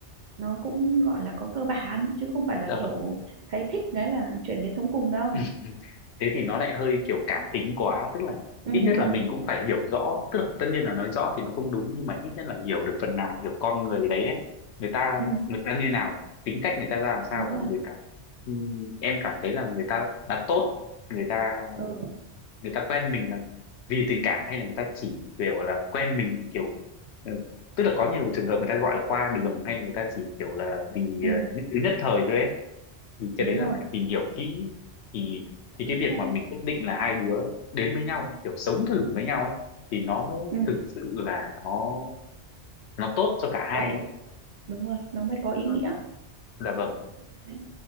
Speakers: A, on the right; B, on the left.
A: nó cũng gọi là có cơ bản chứ không phải là
B: dạ
A: kiểu
B: vâng
A: thấy thích đấy là chuyển đến sống cùng đâu
B: <laughs> thế thì nó lại hơi kiểu cảm tính quá tức là
A: ừ
B: ít nhất
A: ừ
B: là mình cũng phải hiểu rõ tức là tất nhiên là nói rõ thì nó không đúng nhưng mà ít nhất là hiểu được phần nào hiểu con người đấy ấy. người ta
A: ừ
B: người ta như nào tính cách người ta ra làm sao
A: đúng
B: và
A: rồi
B: người ta ừm, em cảm thấy là người ta là tốt người ta
A: ừ
B: người ta quen mình là vì tình cảm hay là người ta chỉ kiểu là quen mình kiểu ừ, tức là có nhiều trường hợp người ta gọi là qua đường hay là người ta chỉ kiểu là vì
A: ừ
B: ờ, nhất, nhất thời thôi ấy thì
A: đúng
B: cái đấy là
A: rồi
B: phải tìm hiểu kỹ thì thì
A: chính
B: cái việc
A: xác
B: mà mình quyết định là hai đứa đến với nhau kiểu sống thử với nhau ấy thì nó mới
A: ừ
B: thực sự là nó nó tốt cho cả hai
A: có
B: ấy.
A: đúng rồi nó mới có ý
B: Dạ vâng.
A: nghĩa
B: Dạ vâng,
A: đấy